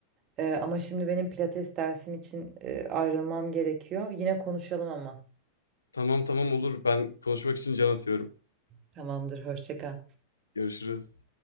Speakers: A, on the right; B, on the left.
A: Ee, ama şimdi benim pilates dersim için e, ayrılmam gerekiyor. Yine konuşalım ama.
B: Tamam tamam olur. Ben konuşmak için can atıyorum.
A: Tamamdır, hoşça kal.
B: Görüşürüz.